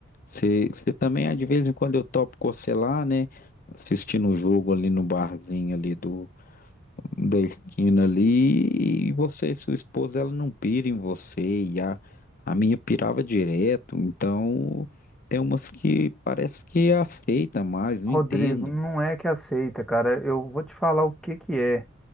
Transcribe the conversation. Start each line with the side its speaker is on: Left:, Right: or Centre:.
Left: Você, você também, ah, de vez em quando, eu topo cocelar, né? Assistindo o jogo ali no barzinho ali do, da esquina ali. E você e sua esposa, ela não pira em você. E a, a minha pirava direto. Então, tem umas que parece que aceita mais, não
Centre: Rodrigo,
Left: entendo.
Centre: não é que aceita, cara. Eu vou te falar o que que é.